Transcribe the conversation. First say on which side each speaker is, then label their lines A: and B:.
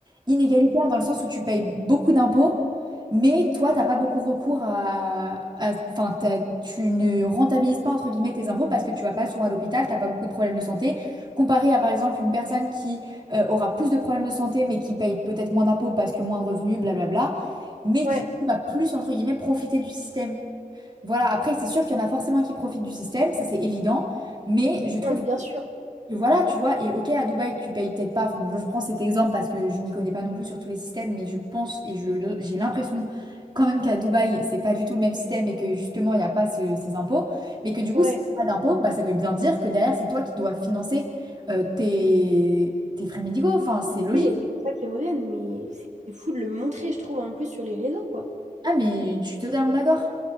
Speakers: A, on the right; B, on the right.
A: inégalitaire, dans le sens où tu payes beaucoup d'impôts. Mais toi, t'as pas beaucoup recours à, à- enfin, t'as- tu ne rentabilises pas entre guillemets tes impôts parce que tu vas pas souvent à l'hôpital, t'as pas beaucoup de problèmes de santé, comparé à par exemple une personne qui euh, aura plus de problèmes de santé mais qui paye peut-être moins d'impôts parce que moins de revenus, blablabla, mais
B: ouais.
A: qui va plus entre guillemets profiter du système. Voilà. Après, c'est sûr qu'il y en a forcément qui profitent du système, ça c'est évident, mais je trouve
B: Non, mais bien sûr.
A: et Voilà, tu vois, et ok, à Dubaï, tu payes peut-être pas, enfin, je prends cet exemple parce que je m'y connais pas non plus sur tous les systèmes, mais je pense et je, j'ai l'impression quand même qu'à Dubaï, c'est pas du tout le même système et que justement, il n'y a pas ce- ces impôts, mais que du
B: Ouais.
A: coup, si t'as pas d'impôts, bah, ça veut bien dire que derrière, c'est toi qui dois financer euh, tes, tes frais médicaux, enfin, c'est logique.
B: Oui, et c'est pour ça qu'ils reviennent, mais c'est c'est fou de le montrer, je trouve, en plus sur les réseaux, quoi.
A: Ah, mais je suis totalement d'accord.